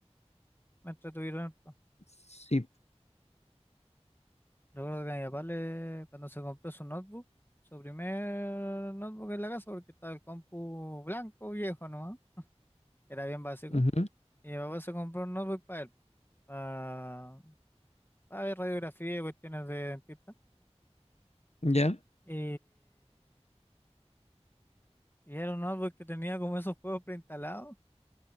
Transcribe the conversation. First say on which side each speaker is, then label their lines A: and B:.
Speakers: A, on the left; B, on the left.
A: me entretuvieron harto.
B: Sí.
A: Recuerdo que a mi papá le, cuando se compró su notebook, su primer notebook en la casa, porque estaba el compu blanco viejo, ¿no? era bien básico.
B: Ujú.
A: Y mi papá se compró un notebook para él, para, para ver radiografía y cuestiones de dentista.
B: Ya.
A: Y, y era un notebook que tenía como esos juegos preinstalados,